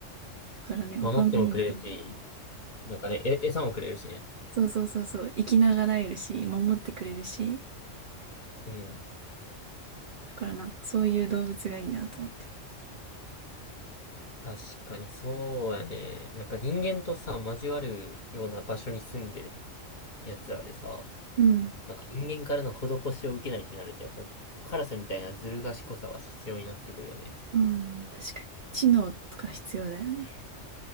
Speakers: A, on the right; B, on the left.
A: だからね、オカメインコも
B: 守ってもくれるし、なんかね、え、餌もくれるしね。
A: そうそうそうそう、生きながらえるし、守ってくれるし、
B: うん。
A: だからなんかそういう動物がいいなと思って。
B: 確かにそうやね。なんか人間とさ、交わるような場所に住んでる奴らでさ、
A: うん
B: なんか人間からの施しを受けないってなると、やっぱカラスみたいなずる賢さが必要になってくるよね。
A: うん、確かに。知能とか必要だよね。